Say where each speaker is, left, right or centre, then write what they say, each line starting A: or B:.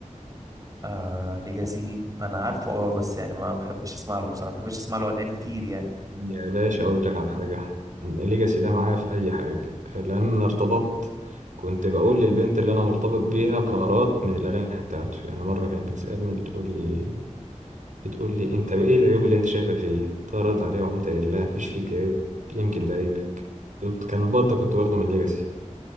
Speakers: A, on the right; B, on the right.
A: آه ليجاسي انا عارفه اه بس يعني ما بحبش اسمع له بصراحه ما بحبش اسمع له اغاني كتير يعني
B: يا باشا أقول لك على حاجة الليجاسي ده معايا في أي حاجة لما ارتبطت كنت بقول للبنت اللي أنا مرتبط بيها بارات من الأغاني بتاعته يعني مرة كانت بتسألني بتقول لي بتقول لي انت بقى ايه العيوب اللي انت شايفها فيه اتعرض عليها وقمت قايل لها مفيش فيك عيب يمكن ده عيبك قلت- كان برضه كنت واخده من ليجاسي